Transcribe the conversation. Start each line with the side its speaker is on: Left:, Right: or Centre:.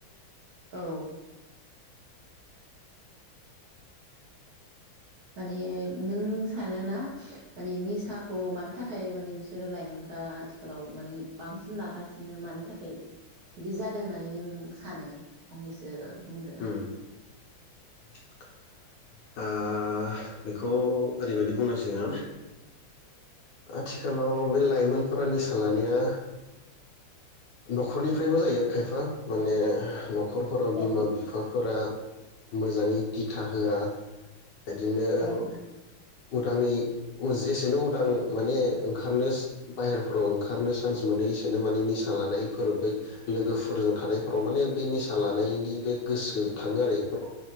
Right: औ माने नों सानोना माने निसाखौ मानो थाखाय माने बिसोरो लाइमोनफ्रा आथिखालाव माने बांसिन लागासिनो मानि थाखाय बिदि जादों होननानै नों सानो फंनैसो बुंदोना?
Left: उम <inaudible> ओ ओ बेखौ ओरैबायदि बुंनांसिगोन आथिखालाव बे लाइमोनफोरा निसा लानाया नखरनि फ्रायबो जायो खायफा माने नखरफोराव बिमा
Right: औ
Left: बिफाफोरा मोजाङै दिथा होआ इदिनो
Right: औ
Left: उदाङै जेसेनो उदां माने ओंखारनो बाहेर फोराव ओंखारनो सान्स मोनो इसोरनो माने निसा लानायफोर बै लोगोफोरजों थानायफोराव माने बे निसा लानायनि बे गोसो थाङो आरो इफोराव